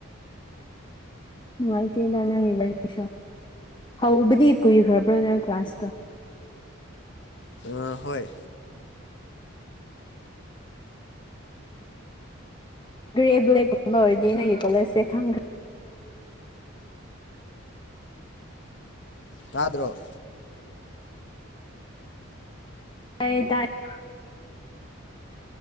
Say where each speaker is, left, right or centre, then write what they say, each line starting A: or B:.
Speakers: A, on the left; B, on the left.
A: ꯅꯨꯡꯉꯥꯏꯇꯦꯗ ꯅꯪꯒꯤ ꯋꯥꯔꯤꯁꯨ ꯍꯧꯕꯗꯤ ꯀꯨꯏꯈ꯭ꯔꯕ꯭ꯔꯣ ꯅꯣꯏ ꯀ꯭ꯂꯥꯁꯇꯣ
B: ꯑ ꯍꯣꯏ
A: ꯒ꯭ꯔꯦ ꯕ꯭ꯂꯦꯛꯀꯨꯝꯕ ꯑꯣꯏꯔꯗꯤ ꯅꯒꯤ ꯀꯣꯂꯦꯖꯁꯦ ꯈꯪꯈ꯭ꯔꯦ
B: ꯇꯥꯗ꯭ꯔꯣ
A: <unintelligible>